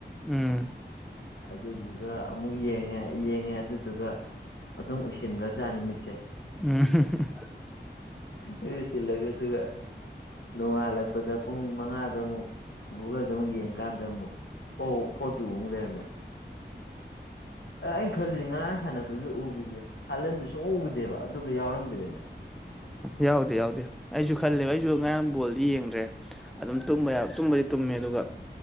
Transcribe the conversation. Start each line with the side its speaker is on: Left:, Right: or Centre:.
Centre: ꯎꯝ
Left: ꯑꯗꯨꯗꯨꯒ ꯑꯃꯨꯛ ꯌꯦꯡꯉꯦ ꯌꯦꯡꯉꯦ ꯑꯗꯨꯗꯨꯒ ꯑꯗꯨꯝ ꯎꯏꯁꯤꯟꯒꯔꯕꯖꯥꯠꯅꯤ ꯃꯤꯠꯁꯦ
Centre: <unintelligible>
Left: <unintelligible> ꯁꯤꯜꯂꯒ ꯗꯨꯒꯒ ꯅꯣꯡꯉꯥꯜꯂꯛꯄꯗ ꯄꯨꯡ ꯃꯉꯥꯗ ꯑꯃꯨꯛ ꯒꯨꯒꯜꯗ ꯑꯃꯨꯛ ꯌꯦꯡꯀꯥꯟꯗ ꯑꯃꯨꯛ ꯐꯣ ꯐꯣꯔ ꯇꯨ ꯑꯃꯨꯛ ꯂꯩꯔꯝꯃꯦ ꯑ ꯑꯩꯅ ꯈꯜꯂꯤ ꯉꯔꯥꯡ ꯁꯥꯟꯅꯕꯗꯨꯗ ꯎꯒꯤꯗꯦ ꯍꯥꯜꯂꯟꯗꯨ ꯁꯨꯡꯎ ꯎꯗꯦꯕ ꯑꯗꯨꯒ ꯌꯥꯎꯔꯝꯗꯦꯔꯦꯅꯦ
Centre: ꯌꯥꯎꯗꯦ ꯌꯥꯎꯗꯦ ꯑꯩꯖꯨ ꯈꯜꯂꯦꯕ ꯑꯩꯖꯨ ꯉꯔꯥꯡ ꯕꯣꯜꯗꯤ ꯌꯦꯡꯗ꯭ꯔꯦ ꯑꯗꯨꯝ ꯇꯨꯝꯕ ꯌꯥ ꯇꯨꯝꯕꯗꯤ ꯇꯨꯝꯃꯦ ꯑꯗꯨꯒ